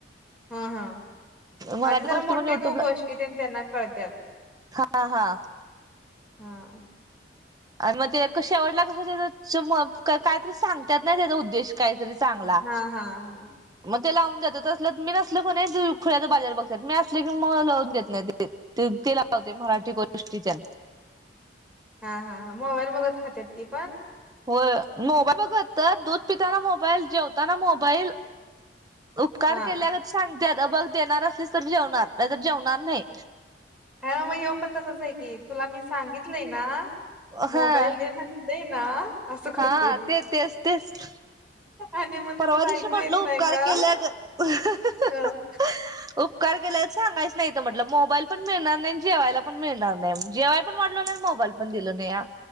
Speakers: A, in the centre; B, on the right.
A: हा हा
B: मराठी
A: अ ते जरा
B: गोष्टी
A: मोठे
B: पण युट्यूबला
A: तो गोष्टी त्यांना कळतात
B: हा हा
A: हा
B: आणि मग ते शेवटला कसं त्या काहीतरी सांगतात नाही त्याचा उद्देश काहीतरी चांगला
A: हां, हां, हां.
B: मग ते लावून देतल मी नसल कोणी खुल्या तर बाजार बघतात मी असले की मग लावून घेत नाही ते ते ते लावते मराठी गोष्टीच्या
A: हा हा मोबाईल बघत खातेत ती पण
B: हो मोबाईल बघ तर दूध पिताना मोबाईल जेवताना मोबाईल उपकार
A: हां.
B: केल्या सांगते बघ देणार असलीस तर जेवणार नाही जेवणार नाही
A: हा मग ये पण तसंच आहे की तुला मी सांगितलंय ना मोबाईल
B: हा
A: दे म्हण े ना असं करतोय.
B: हा ते तेच तेच
A: आणि मग ते
B: परवा
A: तुला
B: दिशी
A: ऐकू
B: म्हटल
A: येत
B: उपकार
A: नाही का?
B: केल्या केलाय
A: हं,
B: सांगायच नाही म्हटलं मोबाईल पण मिळणार नाही जेवायला पण मिळणार नाही जेवाय पण वाढो नाही मोबाईल पण दिलो नाही या